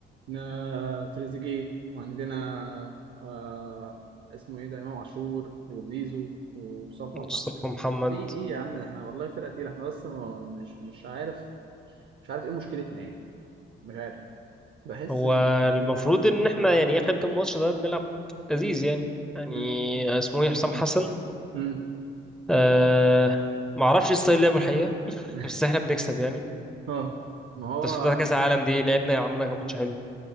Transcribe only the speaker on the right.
نا- تريزيجيه وعندنا آه، اسمه ايه ده امام عاشور وزيزو ومصطفى
في ايه يا عم ده احنا والله فرقة تقيلة احنا بس ما- مش مش عارف مش عارف ايه مشكلتنا يعني مش عارف بحس
ان
مم.
مم.
<laughs>
اه ما هو